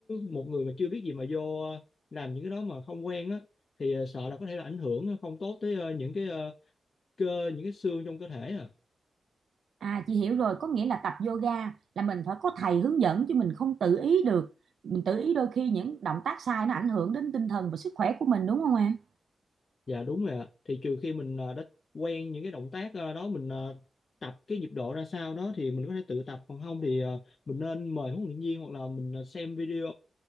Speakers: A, on the left; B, on the right.
A: một người mà chưa biết gì mà vô ờ, làm những cái đó mà không quen á thì ờ, sợ là có thể là ảnh hưởng không tốt tới ờ, những cái ờ, cơ những cái xương trong cơ thể à
B: À chị hiểu rồi, có nghĩa là tập yoga là mình phải có thầy hướng dẫn chứ mình không tự ý được. Mình tự ý đôi khi những động tác sai nó ảnh hưởng đến tinh thần và sức khỏe của mình đúng không em?
A: Dạ đúng rồi ạ. Thì trừ khi mình ờ, đã quen những cái động tác ờ, đó mình ờ, tập cái nhịp độ ra sao đó thì mình có thể tự tập còn không thì ờ, mình nên mời huấn luyện viên hoặc là mình ờ, xem video